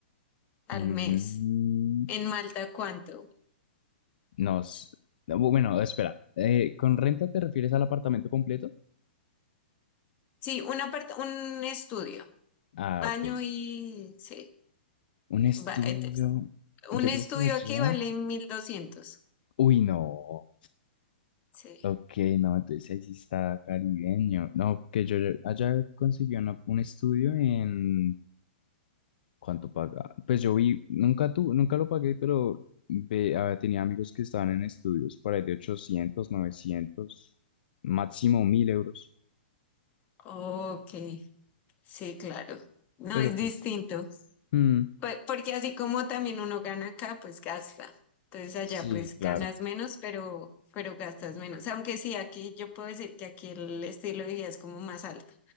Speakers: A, on the left; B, on the left.
A: al
B: Mm,
A: mes. En Malta, ¿cuánto?
B: no. s- no, bu- Bueno, espera. Eh, ¿con renta te refieres al apartamento completo?
A: Sí, una part- un estudio,
B: Ah, ok.
A: baño y, sí,
B: Un estudio.
A: ba- et-
B: Yo
A: un
B: creo
A: estudio
B: que allá.
A: aquí vale mil doscientos,
B: Uy, no.
A: Sí,
B: Ok, no, entonces ahí sí está caribeño. No, porque yo allá conseguí una- un estudio en ¿Cuánto paga? Pues yo vi, nunca tu, nunca lo pagué, pero ve- ah, tenía amigos que estaban en estudios por ahí de 800 900 máximo 1000 euros.
A: ok, sí, claro. No,
B: Pero
A: es
B: pues,
A: distinto,
B: mm,
A: Pe- porque así como también uno gana acá, pues gasta. Entonces allá
B: sí,
A: pues ganas
B: claro,
A: menos, pero, pero gastas menos. Aunque sí, aquí yo puedo decir que aquí el estilo de vida es como más alto,